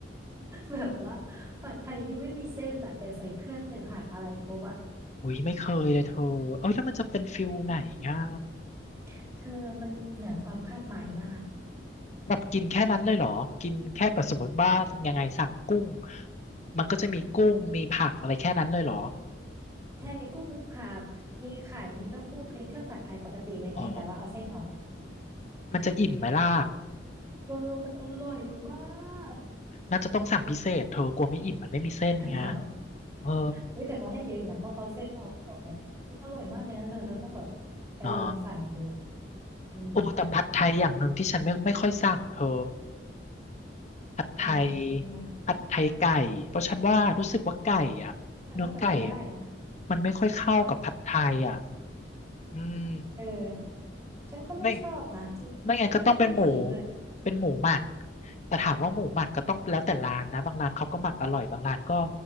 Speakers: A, on the right (about 15°); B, on the left (about 40°).
A: แบบว่าผัดไทยที่ไม่มีเส้นอะแต่ใส่เครื่องใส่ผักอะไรครบอะ
B: อุ้ยไม่เคยเลยเธอเอ้ยแล้วมันจะเป็นฟิลไหนอ่ะ
A: อืมเธอมันเหนือความคาดหมายมาก
B: แบบกินแค่นั้นเลยเหรอกินแค่แบบสมมติว่ายังไงสั่งกุ้งมันก็จะมีกุ้งมีผักอะไรแค่นั้นเลยเหรอ
A: ใช่มีกุ้งมีผัก มีเต้าหู้เป็นเครื่องผัดไทยปกติเลยเพียงแต่ว่าเอาเส้นออก
B: อ๋อมันจะอิ่มไหมล่ะ
A: เออมันอร่อยมาก
B: น่าจะต้องสั่งพิเศษเธอกลัวไม่อิ่มมันไม่มีเส้นไง
A: <laughs> เหรอ
B: เออ
A: อุ้ยแต่เขาให้เยอะอยู่นะเพราะเขาเอาเส้นออกไงมันอร่อยมากเลยนะเธอเธอต้องแบบไปลองสั่งดู
B: อ๋อ
A: อืม
B: โอ้แต่ผัดไทยอย่างหนึ่งที่ฉันไม่ไม่ค่อยสั่งเธอผัดไทย
A: เป็นไงยังไง
B: ผัดไทยไก่เพราะฉันว่ารู้สึกว่าไก่อ่ะเนื้อไก่อ่ะ
A: ฉันว่ามันไม่ได้นะ
B: มันไม่ค่อยเข้ากับผัดไทยอ่ะ อืม
A: เออฉันก็ไม่ชอบนะฉันไม่ค่อยได้ยินด้วย
B: ไม่ไม่งั้นก็ต้องเป็นหมูเป็นหมูหมักแต่ถามว่าหมูหมักก็ต้องแล้วแต่ร้านนะบางร้านเขาก็หมักอร่อยบางร้านก็